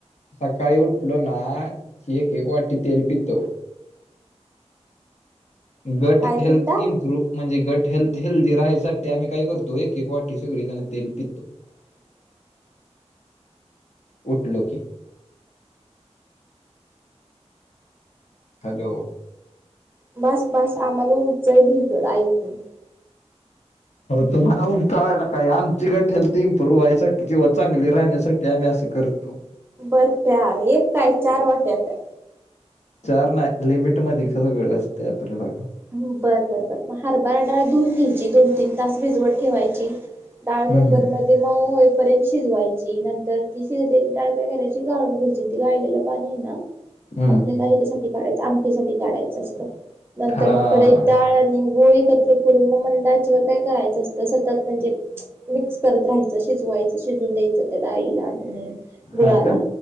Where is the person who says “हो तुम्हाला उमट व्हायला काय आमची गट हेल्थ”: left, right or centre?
Left